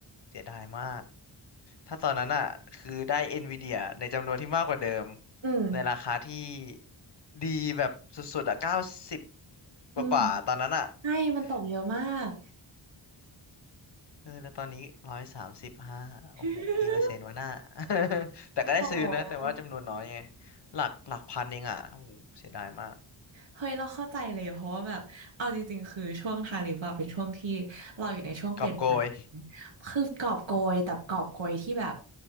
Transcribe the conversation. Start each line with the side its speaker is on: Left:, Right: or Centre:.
Left: เสียดายมาก ถ้าตอนนั้นอ่ะคือได้ NVIDIA ในจำนวนที่มากกว่าเดิม
Right: อืม
Left: ในราคาที่ดีแบบสุดๆอ่ะเก้าสิบกว่าๆตอนนั้นอ่ะ
Right: อืมใช่มันตกเยอะมาก
Left: โอ้โหเออแล้วตอนนี้ร้อยสามสิบห้าโอ้โหกี่เปอร์เซ็นต์วะหน้า
Right: <laughs>
Left: <laughs> แต่ก็ได้ซื้อนะแต่ว่าจำนวนน้อยไง
Right: โอ้โห
Left: หลักหลักพันเองอ่ะโอ้โหเสียดายมาก
Right: เฮ้ยเราเข้าใจเลยเพราะว่าแบบเอาจริงๆคือช่วงทาริฟอะเป็นช่วงที่เราอยู่ในช่วงเปลี่ยนผ่าน
Left: กอบโกย
Right: คือกอบโกยแต่กอบโกยที่แบบ